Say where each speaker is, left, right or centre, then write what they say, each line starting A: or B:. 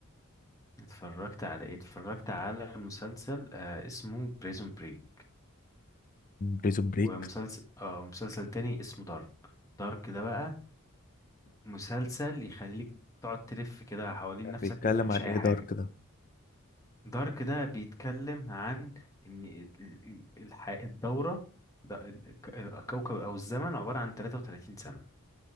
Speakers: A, on the left; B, on the left.
A: اتفرجت على ايه اتفرجت على مسلسل آه اسمه بريزون بريك
B: بريزون بريك
A: ومسلسل اه مسلسل تاني اسمه دارك دارك ده بقى مسلسل يخليك تقعد تلف كده حوالين نفسك
B: بيتكلم
A: ما تفهمش
B: عن
A: اي
B: ايه
A: حاجه
B: دارك ده
A: دارك ده بيتكلم عن ان ال- ال- الح- الدورة ده ال- الك- الكوكب او الزمن عبارة عن 33 سنة